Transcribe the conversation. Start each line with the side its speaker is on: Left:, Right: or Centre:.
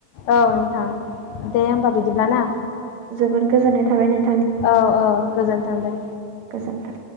Left: औ नोंथां दे होमबा बिदिब्ला ना?
Right: जोबोद गोजोननाय थाबाय नोंथां।
Left: औ औ गोजोनथों दे।
Right: गोजोन्थों